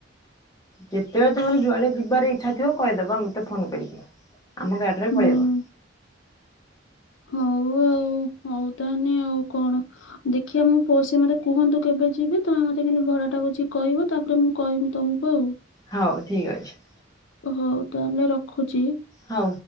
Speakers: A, on the left (about 20°); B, on the left (about 75°).
A: ଯେତେବେଳେ ତମର ଯୁଆଡେ ଯିବାର ଇଛା ଥିବ କହିଦବା ମତେ ଫୋନ୍ କରିକି। ଆମ ଗାଡ଼ି ରେ
B: ହୁଁ।
A: ପଳେଇବ।
B: ହଉ ଆଉ, ହଉ ତାହେନେ ଆଉ କଣ ଦେଖିଆ, ମୁଁ କ ସେ ମତେ କୁହନ୍ତୁ, କେବେ ଯିବି। ତମେ ମତେ କିନ୍ତୁ ଭଡା ଟା ବୁଝିକି କହିବ ତାପରେ ମୁଁ କହିବି ତମ ହଉ।
A: ହଉ, ଠିକ୍ ଅଛି।
B: ହଉ ତାହେଲେ, ରଖୁଚି।
A: ହଉ।